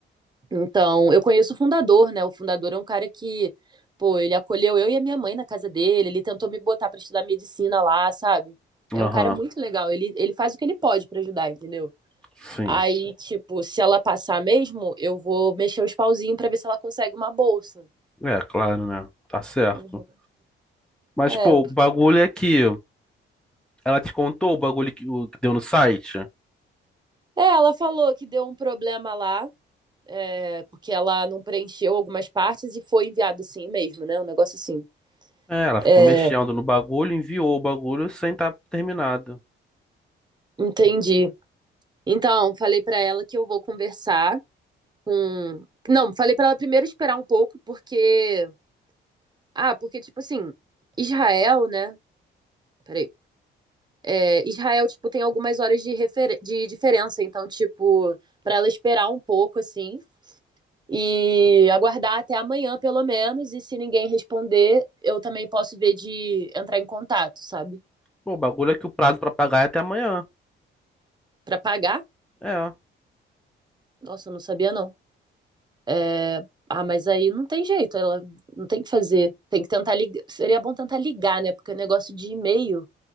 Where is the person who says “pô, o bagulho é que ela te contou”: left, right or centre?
Centre